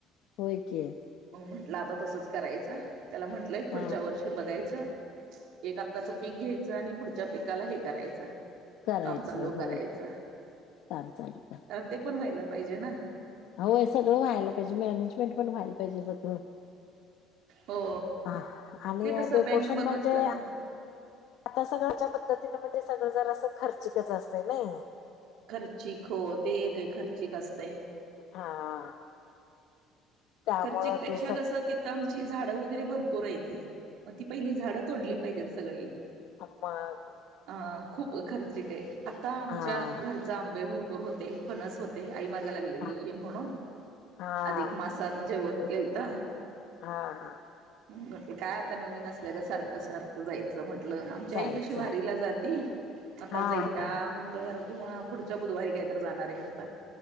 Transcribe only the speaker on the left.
होय की.
हा
करायचं
होय
की काम चालू
अहो हे सगळं व्हायला पाहिजे मॅनेजमेंट पण व्हायला पाहिजे सगळ.
ह आणि
डेकोशन
म्हणजे
आता सगळ्याच्या पद्धतीन म्हणजे सगळ जरा असं खर्चिक च असते नाई.
हा.. त्यामुळं
ते सग
आम <inaudible>
हा
हा
हा
हा हा.
जायचं
हा
हा